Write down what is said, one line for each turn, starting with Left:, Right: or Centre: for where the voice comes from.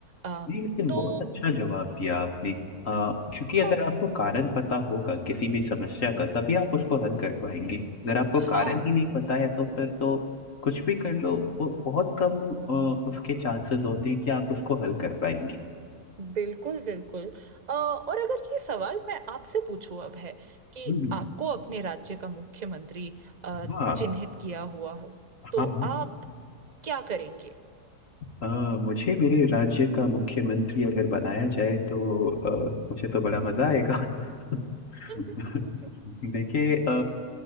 Right: अम
Left: नहीं लेकिन
Right: तो
Left: बहुत अच्छा जवाब दिया आपने आ, क्योंकि अगर
Right: हाँ
Left: आपको कारण पता होगा किसी भी समस्या का तभी आप उसको हल कर पाएंगे अगर आपको
Right: हाँ
Left: कारण ही नहीं पता है तो फिर तो कुछ भी कर लो वो बहुत कम आ, उसके चांसेस होते हैं कि आप उसको हल कर पाएंगे
Right: बिल्कुल बिल्कुल अ, और अगर ये सवाल मैं आपसे पूछूं अब है कि
Left: हम्म,
Right: आपको अपने राज्य का मुख्यमंत्री अ,
Left: हाँ
Right: चिन्हित किया हुआ हो तो
Left: हाँ
Right: आप क्या करेंगे
Left: अ, मुझे मेरे राज्य का मुख्यमंत्री अगर बनाया जाए तो अ, मुझे तो बड़ा मजा आएगा <laughs>
Right: <laughs>
Left: देखिए अ,